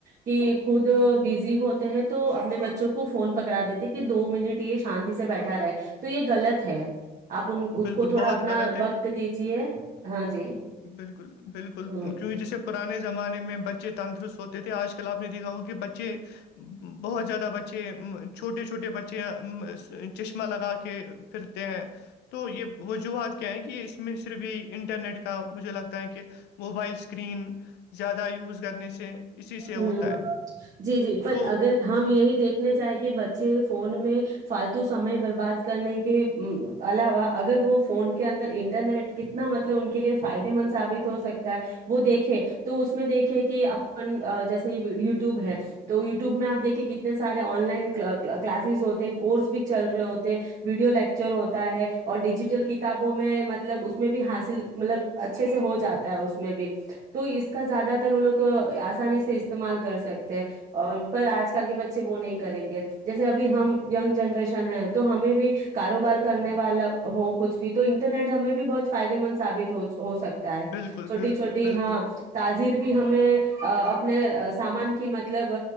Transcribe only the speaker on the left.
بالکل
بہت
غلط ہے
بالکل بالکل
ان کے وجہ سے پرانے زمانے میں بچے تندرست ہوتے تھے آج کل آپ نے دیکھا ہو کہ بچے بہت زیادہ بچے ام چھوٹے چھوٹے بچے ام چشمہ لگا کے پھرتے ہیں تو یہ وجوہات کیا ہے کہ یہ اس میں صرف یہ انٹرنیٹ کے مجھے لگتا ہے کہ موبائل اسکرین زیادہ یوز کرنے سے اسی سے ہوتا
ہے
تو
بالکل
بالکل
بالکل